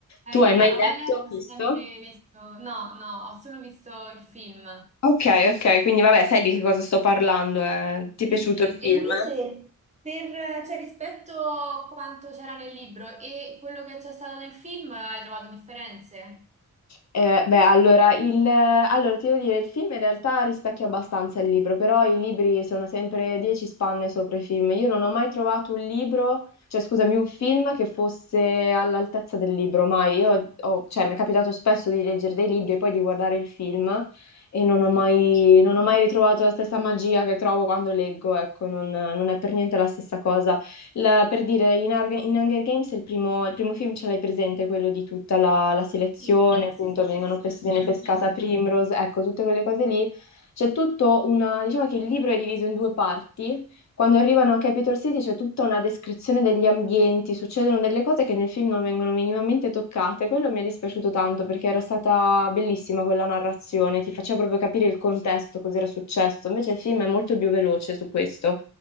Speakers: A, on the right; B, on the left.
A: Eh,
B: Tu
A: io
B: hai
A: non
B: mai
A: l'ho
B: letto,
A: mai letto, ho
B: visto?
A: sempre visto, no, no, ho solo visto il film.
B: Ok, ok, quindi vabbè, sai di che cosa sto parlando, eh. Ti è
A: Sì,
B: piaciuto
A: sì.
B: il film?
A: E invece per, cioè, rispetto a quanto c'era nel libro e quello che c'è stato nel film, hai trovato differenze?
B: Eh, beh, allora, il, allora, ti devo dire, il film in realtà rispecchia abbastanza il libro, però i libri sono sempre 10 spanne sopra i film. Io non ho mai trovato un libro, cioè scusami, un film che fosse all'altezza del libro, mai. Io ho- cioè, mi è capitato spesso di leggere dei libri e poi di guardare il film e non ho mai, non ho mai ritrovato la stessa magia che trovo quando leggo, ecco, non non è per niente la stessa cosa. La- per dire, in, Arg- in Hunger Games il primo, il primo film ce l'hai presente, quello di tutta la, la selezione,
A: Sì,
B: appunto,
A: sì, sì,
B: vengono
A: sì, sì,
B: pes-
A: l'ho visto.
B: viene pescata Primrose, ecco, tutte quelle cose lì. C'è tutto una, diciamo che il libro è diviso in due parti. Quando arrivano a Capitol City c'è tutta una descrizione degli ambienti, succedono delle cose che nel film non vengono minimamente toccate. Quello mi è dispiaciuto tanto perché era stata bellissima quella narrazione, ti faceva proprio capire il contesto, cos'era successo. Invece il film è molto più veloce su questo.